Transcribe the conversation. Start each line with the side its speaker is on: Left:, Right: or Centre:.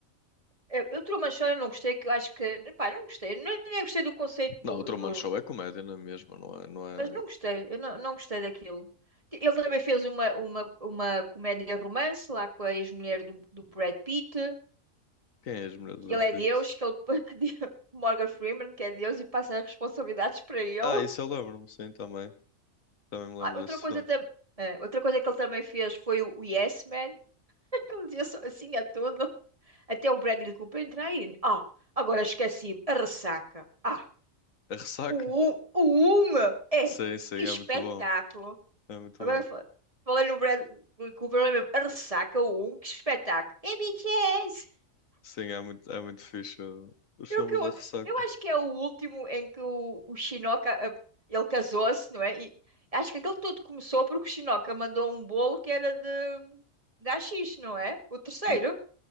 Right: Eu, eu Truman Show eu não gostei, que eu acho que. Pá, não gostei. Não, nem gostei do conceito
Left: Não,
Right: do,
Left: o Truman
Right: do,
Left: Show é comédia, não é mesmo? Não é, não é...
Right: Mas não gostei, eu não, não gostei daquilo. Ele também fez uma, uma, uma comédia romance lá com a ex-mulher do, do Brad Pitt,
Left: Quem é a mulher do
Right: que
Left: Brad
Right: ele é
Left: Pitt?
Right: Deus, que ele <laughs> que de- Morgan Freeman, que é Deus, e passa as responsabilidades para ele.
Left: Ah, isso eu lembro-me, sim, também. Também me
Right: Ah,
Left: lembro
Right: outra
Left: desse
Right: coisa
Left: filme.
Right: também. outra coisa que ele também fez foi o o Yes Man, <laughs> que ele dizia só assim a tudo, até o Bradley Cooper entrar aí. Ah, agora esqueci, a ressaca. Ah,
Left: A Ressaca?
Right: o 1, o um, é,
Left: Sim, sim,
Right: que
Left: é
Right: espetáculo.
Left: muito bom. É muito
Right: Agora
Left: bom.
Right: fa- falando no Brad Cooper, eu lembro, a Ressaca 1, que espetáculo. É BTS!
Left: Sim, é muito, é muito fixe uh, os
Right: Eu,
Left: filmes
Right: que, eu,
Left: da Ressaca.
Right: eu acho que é o último em que o, o Shinoka, eh, ele casou-se, não é? E acho que aquele todo começou porque o Shinoka mandou um bolo que era de, de AX, não é? O terceiro,
Left: N-